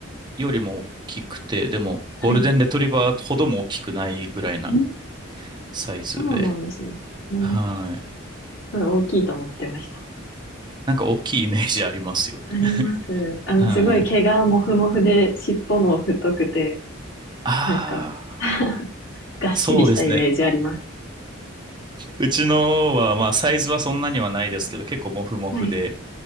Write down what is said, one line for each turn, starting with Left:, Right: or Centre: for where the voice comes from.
Right: よりも大きくて、でも、ゴールデンレトリバーほども大きくないぐらいな
Left: はい。ん
Right: サイズで、
Left: そうなんですね。ね
Right: はい。
Left: すごい大きいと思ってました。
Right: なんか大きいイメージありますよね。
Left: あります。あの、
Right: はい。
Left: すごい毛がもふもふで、尻尾も太くて、
Right: ああ、
Left: なんか <laughs> がっしりしたイメージあります。
Right: そうですね。うちのは、まあ、サイズはそんなにはないですけど、結構モフモフで、
Left: はい。